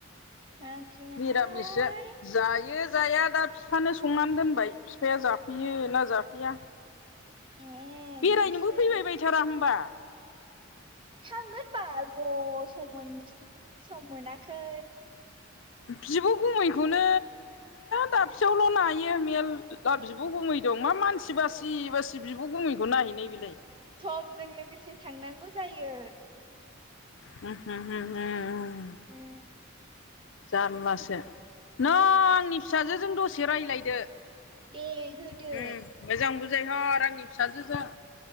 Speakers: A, on the right; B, on the left.
A: मा ओंख्रिमोनहाय
B: मिरामिससो जायो। जाया दा फिफानो संनानै दोनबाय बिफाया जाफैयो ना जाफैया?
A: ए
B: बेरायनोबो
A: बिदिसो
B: फैबायबायथारा होमबा?
A: थांगोन बाल र' सम मोनदि सम मोनाखै।
B: बिब' गुमैखौनो दाबसेयावल' नायो मेल दा बिब' गुमै दं मा मानसि बासि बासि बिब' गुमैखौ नायहैनाय बेलाय?
A: समजों लोगोसे थांनांगौ जायो।
B: हो हो हो हो।
A: उम,
B: जारलासो न' आंनि फिसाजो जों दसे रायलायदो।
A: दे होदो
B: हु मोजां बुजाय हर आंनि फिसाजोजों।